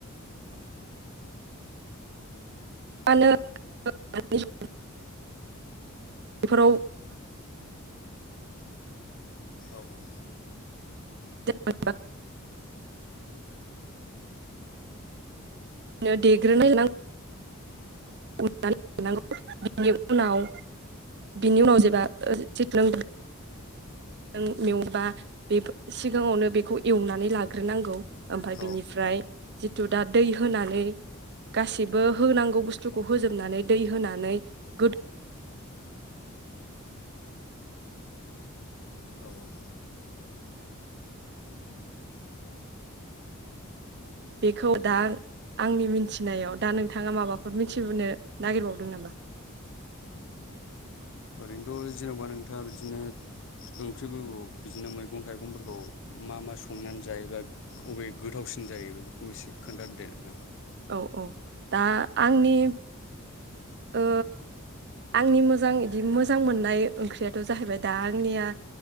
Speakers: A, on the right (about 55°); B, on the left (about 60°).
A: <unintelligible> बेफोराव।
B: औ औ।
A: <unintelligible> बिदिनो देग्रोना लानांगौ। <unintelligible> जों मेवबा बे सिगाङावनो बेखौ एवनानै लाग्रोनांगौ। ओमफ्राय
B: औ
A: बिनिफ्राय जिथु दा दै होनानै गासैबो होनांगौ बुस्थु। खौ होजोबनानै दै होनानै। गोद
B: औ औ।
A: बेखौ दा आंनि मिथिनायाव दा नोंथाङा माबाफोर मिथिनो नागिरबावदों नामा।
B: ओरैनोथ' जेन'बा नोंथाङा बिदिनो। ओंख्रिफोरखौ बिदिनो मैगं थाइगंफोरखौ मा मा संनानै जायोबा। बबे गोथावसिन जायो बेफोरखौ एसे खोन्थादो दे ना।
A: औ-औ दा आंनि। ओ आंनि मोजां बिदि मोजां मोननाय ओंख्रियाथ' जाहैबाय दा आंनिया।